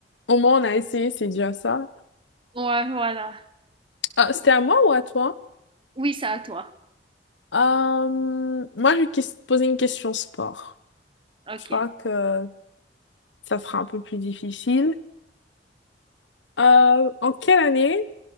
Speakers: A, on the left; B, on the right.
A: Au moins, on a essayé, c'est déjà ça.
B: ouais, voilà.
A: Ah, c'était à moi ou à toi?
B: Oui, c'est à toi.
A: Euh, moi, je vais ques- poser une question sport.
B: Ok.
A: Je crois que ça sera un peu plus difficile. Euh, en quelle année